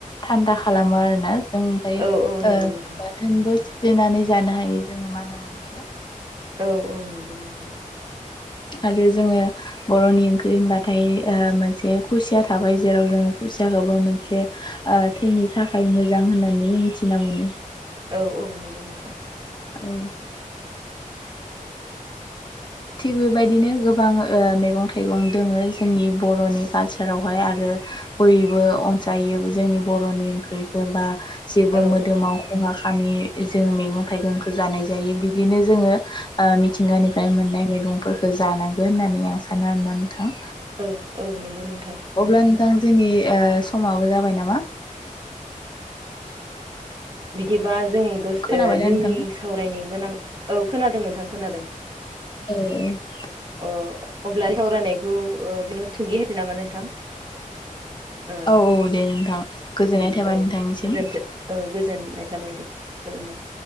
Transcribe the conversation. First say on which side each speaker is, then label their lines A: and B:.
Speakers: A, on the left; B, on the right.
A: थान्दा खालामो आरो ना। जों ओमफ्राय
B: औ औ नंगौ नोंथां
A: बाथोनबो' सिफ्लेनानै जानो हायो जोङो मानामुनिखौ।
B: औ औ नंगौ मेदाम।
A: आरो जोङो बर'नि ओंख्रि होनबाथाय ओ मोनसे खुसिया थाबाय जेराव जोङो खुसियाखौबो मोनसे थैनि थाखाय मोजां होननानै मिथिना मोनो।
B: औ औ नंगौ नोंथां।
A: औ थिग बेबायदिनो गोबां ओ मैगं थाइगं दङो जोंनि बर'नि कल्चरावहाय आरो बयबो अनसायो जोंनि बर'नि ओंख्रिखौ बा जेबो
B: औ
A: मोदोमाव खहा खालामि जों मैगं थाइगंखौ जानाय जायो, बिदिनो जोङो मिथिंगानिफ्राय
B: औ
A: मोननाय मैगंफोरखौ जानांगोन होननानै आं सानो आरोना नोंथां।
B: औ औ नंगौनो
A: अब्ला नोंथां जोंनि समाबो जाबाय नामा?
B: बिदिबा जों दसे
A: खोनाबायना
B: ओ जोंनि
A: नोंथां
B: सावरायनो गोनां औ खोनादों नोंथां खोनादों।
A: <inaudible>
B: अ अब्ला सावरायनायखौ बिनो थुंगि होनोसै नामा नोंथां? ओ
A: औ औ दे नोंथां गोजोननाय थाबाय
B: औ
A: नोंथांनिसिम।
B: गोजोनथों औ गोजोननाय थाबाय दे खुलुमबाय।